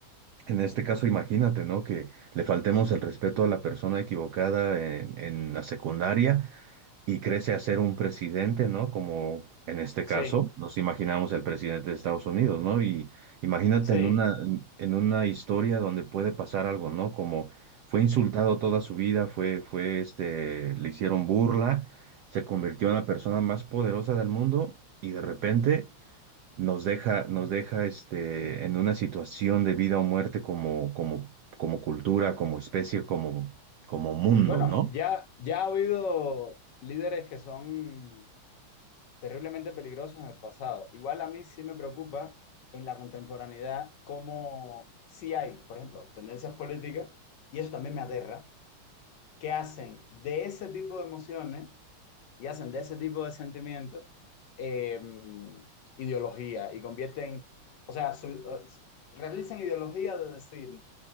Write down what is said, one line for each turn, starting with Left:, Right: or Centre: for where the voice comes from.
Right: en este caso, imagínate, ¿no? Que le faltemos el respeto a la persona equivocada en en la secundaria y crece a ser un presidente, ¿no? Como en este caso
Left: Sí,
Right: nos imaginamos el presidente de Estados Unidos, ¿no? Y imagínate
Left: sí.
Right: en una, en una historia donde puede pasar algo, ¿no? Como fue insultado toda su vida, fue, fue, este, le hicieron burla, se convirtió en la persona más poderosa del mundo y de repente nos deja, nos deja, este, en una situación de vida o muerte como, como, como cultura, como especie, como, como mundo,
Left: Bueno,
Right: ¿no?
Left: ya, ya ha habido líderes que son terriblemente peligrosos en el pasado. Igual a mí sí me preocupa en la contemporaneidad cómo sí hay, por ejemplo, tendencias políticas, y eso también me aterra, que hacen de ese tipo de emociones y hacen de ese tipo de sentimientos eh, ideología y convierten, o sea, su- eh, realizan ideología de decir,